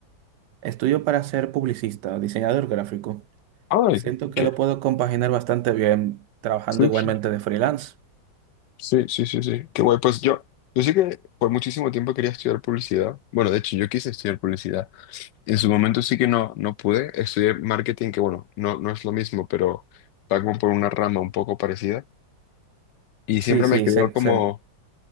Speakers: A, on the right (about 70°); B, on the left (about 70°).
A: Estudio para ser publicista, diseñador gráfico.
B: Ay,
A: Siento que
B: ¿qué?
A: lo puedo compaginar bastante bien trabajando
B: Sí,
A: igualmente
B: sí,
A: de freelance.
B: sí, sí, sí. sí. Qué guay. Pues yo, yo sí que por muchísimo tiempo quería estudiar publicidad. Bueno, de hecho, yo quise estudiar publicidad. En su momento sí que no, no pude. Estudié marketing, que bueno, no, no es lo mismo, pero va como por una rama un poco parecida. Y siempre
A: Sí, sí,
B: me quedó
A: sé,
B: como...
A: sé.